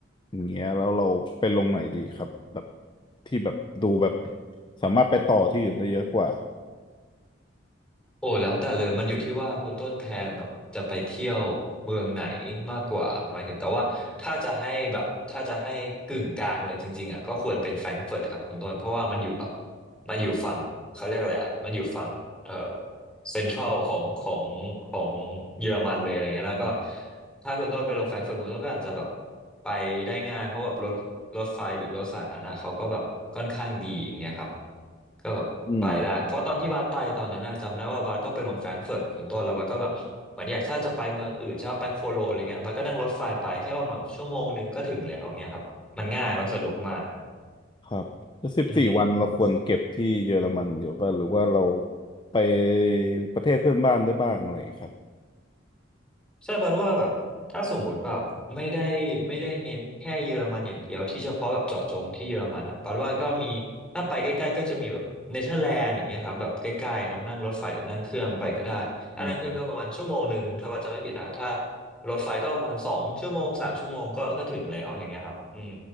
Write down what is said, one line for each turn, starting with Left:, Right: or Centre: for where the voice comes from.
Left: อย่างเงี้ยแล้วเราไปลงไหนดีครับแบบที่แบบดูแบบสามารถไปต่อที่อื่นได้เยอะกว่า
Centre: โอ้แล้วแต่เลยมันอยู่ที่ว่าคุณต้นแพลนแบบจะไปเที่ยวเมืองไหนมากกว่าหมายถึงแต่ว่าถ้าจะให้แบบถ้าจะให้กึ่งกลางเลยจริงๆอ่ะก็ควรเป็นแฟรงก์เฟิร์ตครับคุณต้นเพราะว่ามันอยู่แบบมันอยู่ฝั่งเขาเรียกอะไรอ่ะมันอยู่ฝั่งเออ เซ็นทรัลของของของเยอรมันเลยอะไรเงี้ยแล้วก็
Left: อืม
Centre: ถ้าคุณต้นไปลงแฟรงก์เฟิร์ตคุณต้นก็อาจจะแบบไปได้ง่ายเพราะแบบรถรถไฟหรือรถสาธารณะเขาก็แบบค่อนข้างดีอย่างเงี้ยครับก็แบบไปได้เพราะตอนที่บัสไปตอนนั้นน่ะจำได้ว่าบัสก็ไปลงแฟรงก์เฟิร์ตของต้นแล้วบัสก็แบบเหมือนอยากถ้าจะไปเมืองอื่นใช่ไหมไปโคโลนอะไรเงี้ยบัสก็นั่งรถไฟไปแค่ประมาณแบบชั่วโมงนึงก็ถึงแล้วเงี้ยครับมันง่ายมันสะดวกมาก
Left: อืมครับแล้วสิบสี่วันเราควรเก็บที่เยอรมันเดี๋ยวป่ะหรือว่าเรา
Centre: อืม
Left: ไปประเทศเพื่อนบ้านได้บ้างอะไรครับ
Centre: ใช่บันว่าแบบถ้าสมมติแบบไม่ได้ไม่ได้เน้นแค่เยอรมันอย่างเดียวที่เฉพาะแบบเจาะจงที่เยอรมันอ่ะบันว่าก็มีถ้าไปใกล้ๆก็จะมีแบบเนเธอร์แลนด์อย่างเงี้ยครับแบบใกล้ๆเนาะนั่งรถไฟหรือนั่งเครื่องไปก็ได้ถ้านั่งเครื่องก็ประมาณชั่วโมงหนึ่งถ้าบันจำไม่ผิดนะถ้า
Left: อืม
Centre: รถไฟก็ประมาณสองชั่วโมงสามชั่วโมงก็ก็ถึงแล้วอย่างเงี้ยครับอืม